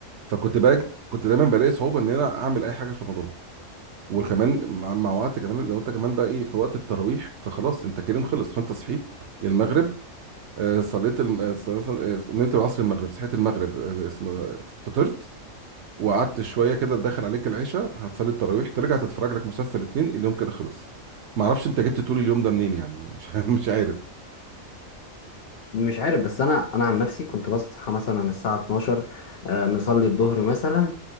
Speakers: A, on the right (about 65°); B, on the left (about 60°).
A: فكنت بجد كنت دايما بلاقي صعوبه ان انا اعمل اي حاجه في رمضان وكمان مع مع وقت كمان لو انت كمان بقى ايه في وقت التراويح فخلاص انت كريم خلص فانت صحيت المغرب آه، صليت الم... آه، صل- صل- آه، نمت العصر المغرب صحيت المغرب آه، اسمه فطرت وقعدت شويه كده دخل عليك العشاء هتصلي التراويح ترجع تتفرج لك مسلسل اتنين اليوم كده خلص ما اعرفش انت جبت طول اليوم ده منين يعني مش <laughs> مش عارف
B: مش عارف بس انا انا عن نفسي كنت بصحى مثلا الساعه 12 آه، نصلي الظهر مثلا